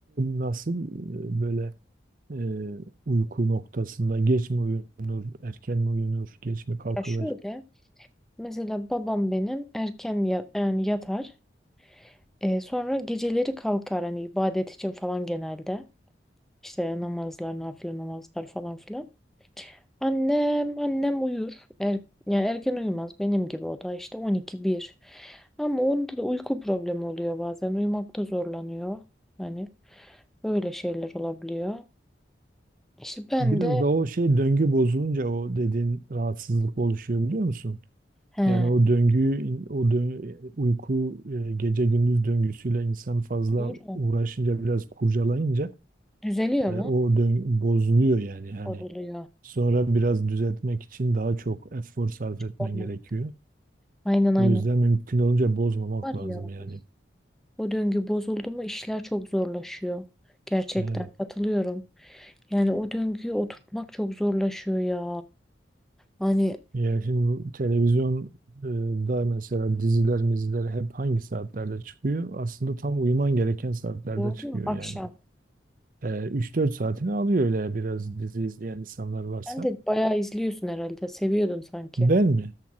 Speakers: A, on the right (about 45°); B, in the centre.
A: nasıl e, böyle e, uyku noktasında geç mi uyunur, erken mi uyunur, geç mi kalkılır?
B: Ya şöyle. Mesela babam benim erken ya- yani yatar. E, sonra geceleri kalkar. Hani ibadet için falan genelde. İşte namazlar, nafile namazlar falan filan. Annem, annem uyur. Er, yani erken uyumaz benim gibi o da işte 12-1. Ama onda da uyku problemi oluyor bazen. Uyumakta zorlanıyor. Hani öyle şeyler olabiliyor. İşte ben
A: Biraz
B: de
A: da o şey döngü bozulunca o dediğin rahatsızlık oluşuyor biliyor musun?
B: he,
A: Yani o döngüyü, o dö- uyku e, gece gündüz döngüsüyle insan fazla
B: uyurum.
A: uğraşınca biraz kurcalayınca
B: Düzeliyor
A: e, o
B: mu?
A: döngü bozuluyor yani hani
B: Bozuluyor.
A: sonra biraz düzeltmek için daha çok efor sarf etmen
B: Tamam.
A: gerekiyor.
B: Aynen aynen.
A: O yüzden mümkün olunca bozmamak
B: Var
A: lazım
B: ya of,
A: yani.
B: o döngü bozuldu mu işler çok zorlaşıyor. Gerçekten
A: E,
B: katılıyorum. Yani o döngüyü oturtmak çok zorlaşıyor ya. Hani
A: Ya şimdi bu televizyon e, da mesela diziler, miziler hep hangi saatlerde çıkıyor? Aslında tam uyuman gereken saatlerde
B: doğru
A: çıkıyor
B: akşam.
A: yani. E, 3-4 saatini alıyor öyle biraz dizi izleyen insanlar varsa.
B: Sen de bayağı izliyorsun herhalde. Seviyordun sanki.
A: Ben mi?